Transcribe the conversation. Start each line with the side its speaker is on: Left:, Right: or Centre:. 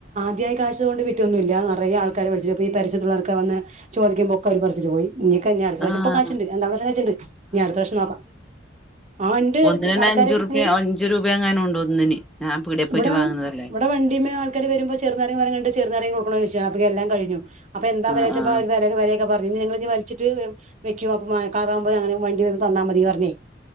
Right: അതിയായ കാശുകൊണ്ട് വിറ്റൊന്നു മില്ല. നിറയെആൾക്കാരു പറിച്ചപ്പോ ഈ പരിസരത്തുള്ളവരൊക്കെവന്നു ചോദിക്കുമ്പൊ ഒക്കെയവര് പറിച്ചിട്ടുപോയി ഇനി കഴിഞ്ഞാ, അടുത്ത പ്രാവശ്യ
Centre: ആഹ്.
Right: മിപ്പകായ്ച്ചിണ്ട്. രണ്ടാമത്തെകായ്ച്ചിട്ണ്ട്. ഇനിയടുത്തവർഷം നോക്കാം ആ ഇണ്ട്
Centre: ഒന്നിനുതന്നെ
Right: കടക്കാര്ണ്ട്
Centre: അഞ്ചു ർപ്പികാ, അഞ്ചുരൂപയെങ്ങാനുമുണ്ട് ഒന്നിന് ഞാൻ പീടികേ പോയിട്ട്
Right: ഇവിടെ,
Centre: വാങ്ങുന്നതല്ലേ.
Right: ഇവിടെ വണ്ടീന്മേൽ ആൾക്കാരു വരുമ്പോ ചെറുനാരങ്ങാ മരം കണ്ട്ചെറുനാരങ്ങാ കൊടുക്കണോ ചോദിച്ചു ചാമ്പങ്ങായെല്ലാം കഴഞ്ഞു. അപ്പൊയെന്താ
Centre: ആഹ്
Right: വില ചോദിച്ചപ്പോളവരു
Centre: ആഹ്.
Right: വിലയൊക്കെ പറഞ്ഞു പിന്നെനിങ്ങളിതു വലിച്ചിട്ടുവെക്കു അപ്പൊ കാറാകുമ്പോഞങ്ങള് വണ്ടിവരുമ്പം തന്നാ മതിയെന്നു പറഞ്ഞ്